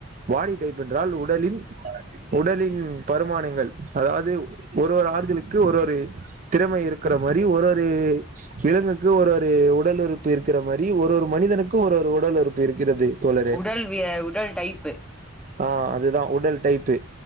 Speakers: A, on the right; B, in the centre.
A: பாடி டிப்னா என்றால் உட உடலின் பருமானங்கள் அதாவது ஒரு ஆ ஒரு-ஒரு திறமை இருக்கிற மாதிரி ஒரு-ஒரு விலங்குக்கு ஒரு-ஒரு உடல் உறுப்பு இருக்கிற மாதிரி ஒரு-ஒரு மனிதனுக்கும் ஒரு-ஒரு உடல் உறுப்பு இருக்கிறது தோழரே
B: உடல்- விய உடல் டைப்பு
A: ஹா அதுதான் உடல் டைப்பு